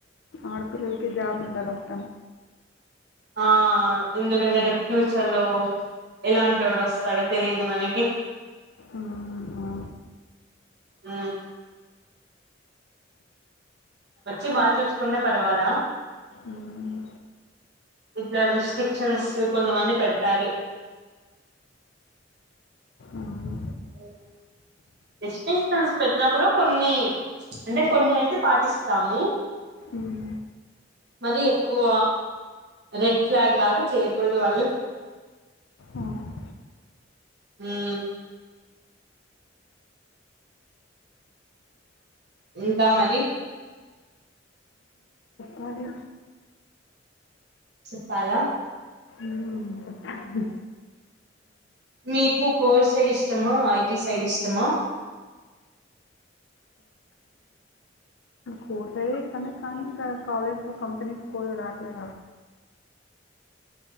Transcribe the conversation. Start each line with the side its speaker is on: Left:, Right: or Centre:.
Left: ఆడపిల్లకి జాబ్ ఉండాలంట
Right: ఆ ఎందుకంటే రేపు ఫ్యూచర్లో ఎలాంటోడు వస్తాడు తెలిదు మనకి
Left: ఆ అవునా
Right: ఉ వచ్చి బాగా చూసుకునే పర్వాలా
Left: ఉమ్,
Right: ఇట్ల రెస్ట్రషన్స్ కొంతమంది పెతారు
Left: అవును
Right: అ అవునా రెస్ట్రిక్షన్స్ పెట్టినా కూడా కొన్ని అంటే కొన్ని అయితే పాటిస్తాము
Left: ఉమ్
Right: మరి ఎక్కువ రెడ్ ఫ్లాగ్ లాగా చేయకూడదు వాళ్ళు
Left: అవును.
Right: మ్ ఇంకా మరి
Left: వాడే
Right: చెప్పాల
Left: ఉమ్, చెప్పాలి
Right: మీకు కోర్ సైడ్ ఇష్టమా ఐటీ సైడ్ ఇష్టమా
Left: కోర్ సైడే ఇష్టమే కానీ ఇంక కాలేజ్లో కంపెనీస్ కోర్లో రావట్లే